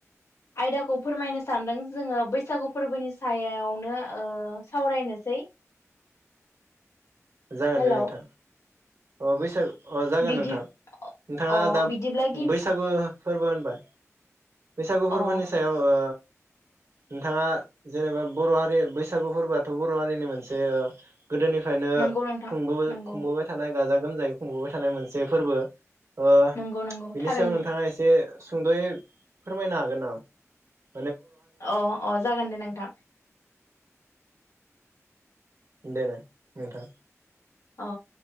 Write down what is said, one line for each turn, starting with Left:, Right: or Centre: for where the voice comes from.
Left: आयदाखौ फोरमायनो सानदों जोङो बैसागु फोरबोनि सायावनो ओ सावरायनोसै
Right: जागोन
Left: हेलौ
Right: दे नोंथां अ बैसागु अ जागोन
Left: बिदि
Right: नोंथां नोंथाङा
Left: अ
Right: दा
Left: बिदिब्ला गिबि
Right: बैसागु फोरबो होनबाय बैसागु फोरबोनि
Left: अ
Right: सायाव ओ नोंथाङा जेनेबा बर हारि बैसागु फोरबोआथ बर हारिनि मोनसे गोदोनिफ्रायनो
Left: नंगौ नोंथां
Right: खुंबोबाय
Left: नंगौ
Right: खुंबोबाय थायो गाजा गोमजायै खुंबोबाय थानाय मोनसे फोरबो ओ
Left: नंगौ नंगौ
Right: बिनि
Left: थारैनो
Right: सायाव नोंथाङा एसे सुंदयै फोरमायनो हागोन ना
Left: अ अ जागोन दे नोंथां
Right: दे नाय नोंथां
Left: अ